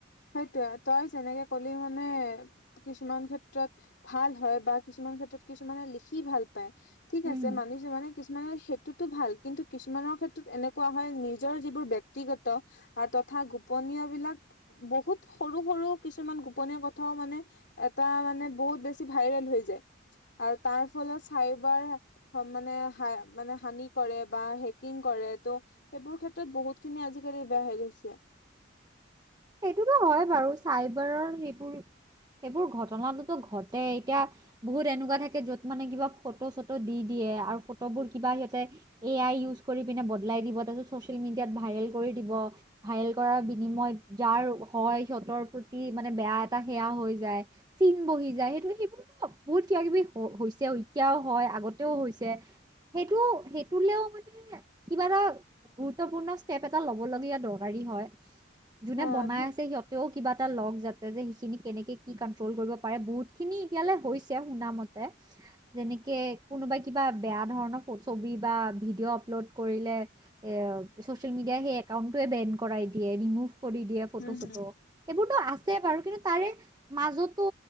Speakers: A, on the left (about 60°); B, on the right (about 20°).
A: সেইটোয়ে তই যেনেকে কলি মানে কিছুমান ক্ষেত্ৰত ভাল হয় বা কিছুমান ক্ষেত্ৰত কিছুমানে লিখি ভাল পায় ঠিক
B: উম,
A: আছে মানি মানে। কিছুমানে সেইটোতো ভাল কিন্তু কিছুমানৰ ক্ষেত্ৰত এনেকুৱা হয় নিজৰ যিবোৰ ব্যক্তিগত তথা গোপনীয় বিলাক বহুত সৰু সৰু কিছুমান গোপনীয় কথাও মানে এটা মানে বহুত বেছি ভাইৰেল হৈ হৈছে। যায় আৰু তাৰ ফলত চাইবাৰ মানে মানে হানি কৰে বা হেকিং কৰে। কৰে সেইবোৰ ক্ষেত্ৰত বহুখিনি আজিকালি বেয়া হয় গৈছে।
B: সেইটোতো হয় বাৰু চাইবাৰৰ সেইবোৰ সেইবোৰ ঘটনাটোতো ঘটেই এতিয়া বহুত এনেকুৱা থাকে যত মানে কিবা ফটো চটো দি দিয়ে আৰু ফটোবোৰ কিবা সিহঁতে এ আই উজ কৰি পিনে বদলাই দিব তাৰপিত চচিয়েল মিডিয়াত ভাইৰেল কৰি দিব ভাইৰেল কৰাৰ বিনিময়ত যাৰ হয় সিহঁতৰ প্ৰতি মানে বেয়া এটা সেয়া হৈ যায় চিন বহি যায় সেইটো সেইবোৰ অ বহুত কিবা কিবি হৈছে। এতিয়াও হয় আগতেও হৈছে সেইটো সেইটোলেও মানে কিবা এটা গুৰুত্বপূৰ্ণ ষ্টেপ এটা লব লগগীয়া দৰকাৰী হয়। যোনে
A: অ
B: বনাই
A: সেই
B: আছে সিহঁতেও কিবা এটা লক যাতে যে সেইখিনি কেনেকে কি কণ্ট্ৰল কৰিব পাৰে বহুতখিনি এতিয়ালৈ হৈছে শুনা মতে
A: <inaudible>
B: যেনেকে কোনোবাই কিবা বেয়া ধৰণৰ ছবি বা ভিডিঅ' আপলোড কৰিলে এ চচিয়েল মিড। সেই একাউন্টোৱে বেন কৰাই দিয়ে ৰিমুভ কৰি দিয়ে ফটো
A: উম
B: চটো
A: হুম।
B: সেইবোৰতো আছে বাৰু কিন্তু তাৰে মাজতো